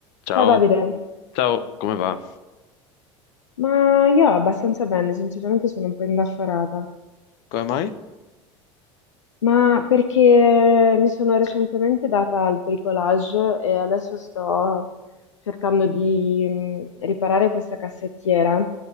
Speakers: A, on the left (about 55°); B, on the left (about 75°).
A: Ciao,
B: Ciao Davide,
A: ciao, come va?
B: ma io abbastanza bene, sinceramente sono un po' indaffarata,
A: Come mai?
B: ma perché mi sono recentemente data al bricolage e adesso sto cercando di mh, riparare questa cassettiera